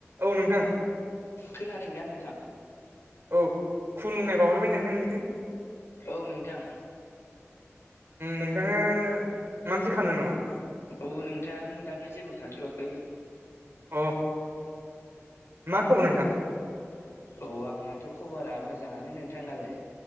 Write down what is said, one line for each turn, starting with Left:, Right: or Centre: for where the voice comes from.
Right: औ नोंथां
Left: खोनादों दा नोंथां
Right: औ खुलुमनाय बावहरबाय नोंथांनिसिम
Left: औ नोंथां
Right: नोंथाङा माबा मोनसे खामदों नामा
Left: औ नोंथां दाथ' जेबो खालायथ'वाखै
Right: अ मा खबर नोंथां
Left: औ आंनाथ' खबरा मोजाङानो नोंथांनालाय